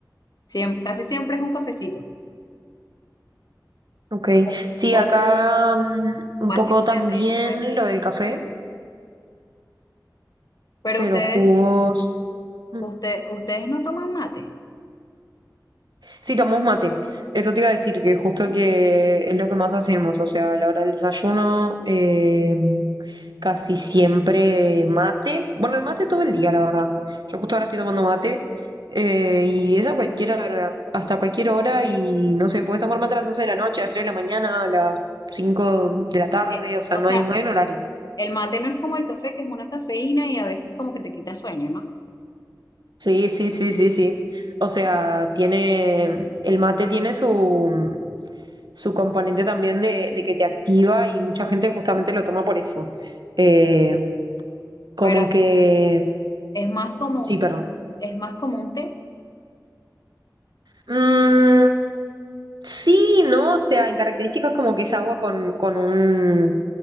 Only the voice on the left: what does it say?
Siem- casi siempre es un cafecito
o,
o un
vasito
de avena, puede ser.
Pero
ustedes,
usted, ustedes no toman mate.
Eh,
o
sea,
el mate no es como el café, que es una cafeína y a veces como que te quita sueño, ¿no?
Pero
es más como un,
es más como un té.